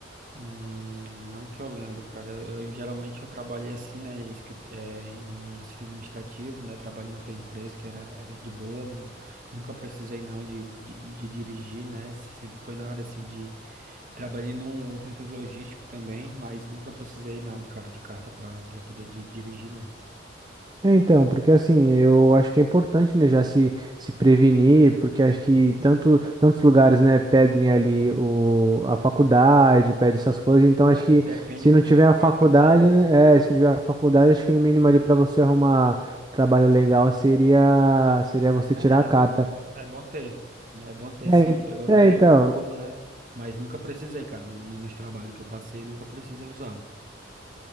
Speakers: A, on the right; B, on the right.
A: Hum, não que eu lembro, cara. Eu, eu- geralmente eu trabalhei assim, né? escri- é, em assistente administrativo, né? Trabalhei em outra empresa que era, era de boa, nu- nunca precisei não de, de, de dirigir, né? se- Sempre foi na área assim de. Trabalhei num centro logístico também, mas nunca precisei não, de cara de carta para para poder di- dirigir, não.
B: É, então, porque assim, eu acho que é importante, né, já se, se prevenir, porque acho que
A: Sim,
B: tanto, tantos lugares, né, pedem ali o, a faculdade, pedem essas coisas, então
A: é,
B: acho que
A: depende
B: se
A: do
B: não
A: que
B: tiver
A: tu
B: a
A: vai
B: faculdade,
A: fazer, né?
B: né, é, se não tiver a faculdade, acho que no mínimo ali para você arrumar um trabalho legal seria, seria você tirar
A: É,
B: a carta.
A: É bom ter, né? É bom ter
B: É,
A: sim,
B: en-
A: eu
B: é,
A: tenho
B: então,
A: e tudo, né? Mas nunca precisei, cara. No, no- nos trabalhos que eu passei, nunca precisei usar.